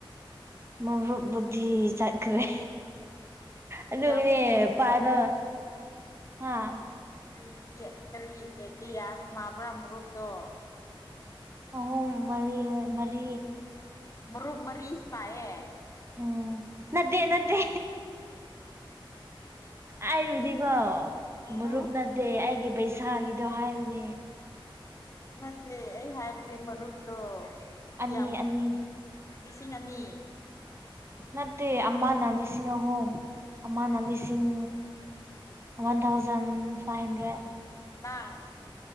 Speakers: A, on the right; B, on the left.
A: ꯃꯔꯨꯞ ꯕꯨꯙꯤ ꯆꯠꯈ꯭ꯔꯦ ꯑꯗꯨꯒꯅꯦ
B: ꯌꯥꯝꯃꯨꯛ
A: ꯄꯥꯏꯕ ꯍꯥꯥ
B: ꯀꯔꯤ ꯀꯔꯤ ꯀꯦꯛ ꯀꯦ ꯌꯥꯁ ꯅꯥꯕ꯭ꯔꯥ ꯃꯔ꯭ꯨꯞꯇꯣ
A: ꯑꯍꯨꯝ ꯃꯔꯤ ꯃꯔꯤ
B: ꯃ ꯔꯨꯝ ꯃꯔꯤ ꯅꯥꯏꯌꯦ
A: ꯎꯝ ꯅꯠꯗꯦ ꯅꯠꯗꯦ ꯑꯩꯕꯨꯗꯤꯀꯣ
B: ꯑꯦ
A: ꯃꯔꯨꯞꯅ ꯗꯦ ꯑꯩꯒꯤ ꯄꯩꯁꯥꯒꯤꯗꯣ ꯍꯥꯏꯕꯅꯦ
B: ꯅꯠꯇꯦ ꯑꯩ ꯍꯥꯏꯕꯗꯤ ꯃꯔꯨꯞꯇꯣ
A: ꯑꯅꯤ
B: ꯀꯤꯌꯥꯝ
A: ꯑꯅꯤ
B: ꯂꯤꯁꯤꯡ ꯑꯅꯤ
A: ꯅꯠꯇꯦ ꯑꯃꯅ ꯂꯤꯁꯤꯡ ꯑꯍꯨꯝ ꯑꯃꯥꯅꯥ ꯂꯤꯁꯤꯡ ꯋꯥꯟ ꯊꯥꯎꯖꯟ ꯐꯥꯏꯚ ꯍꯟꯗ꯭ꯔꯦꯠ
B: <inaudible>